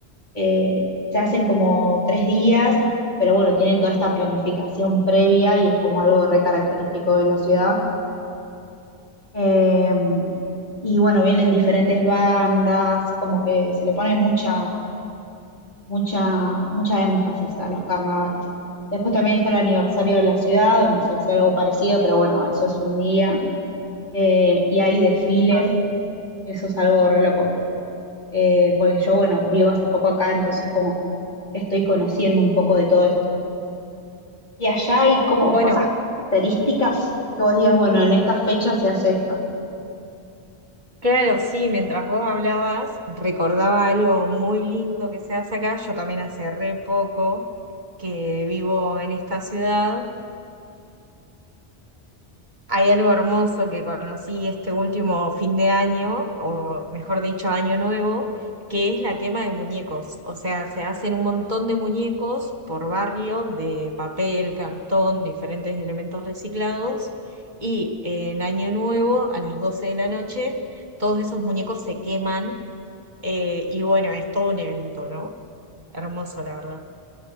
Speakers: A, on the left (about 45°); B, on the right (about 45°).
A: Eh, se hacen como tres días, pero bueno, tienen toda esta planificación previa y es como algo re característico de la ciudad. Eh, Y bueno, vienen diferentes bandas, como que se le pone mucha, mucha, mucha énfasis a los carnavales. Después también está el aniversario de la ciudad, donde se hace algo parecido, pero bueno, eso es un día. Eh, y hay desfiles,
B: Ah,
A: eso es algo re loco. Eh, porque yo, bueno, vivo hace poco acá, entonces como que estoy conociendo un poco de todo esto. Y allá hay como
B: Bueno,
A: cosas características que vos digas, bueno, en esta fecha se hace esto.
B: Claro, sí, mientras vos hablabas, recordaba algo muy lindo que se hace acá. Yo también hace re poco que vivo en esta ciudad hay algo hermoso que conocí este último fin de año, o mejor dicho, año nuevo, que es la quema de muñecos. O sea, se hacen un montón de muñecos por barrio, de papel, cartón, diferentes elementos reciclados. Y eh, en año nuevo, a las 12 de la noche, todos esos muñecos se queman. eh, y bueno, es todo un evento, ¿no? Hermoso, la verdad.